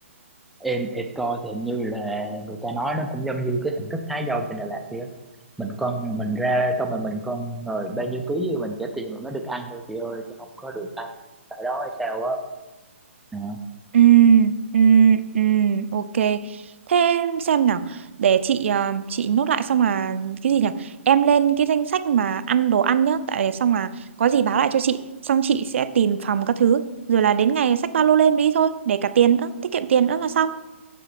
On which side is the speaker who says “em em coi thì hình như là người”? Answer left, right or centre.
Centre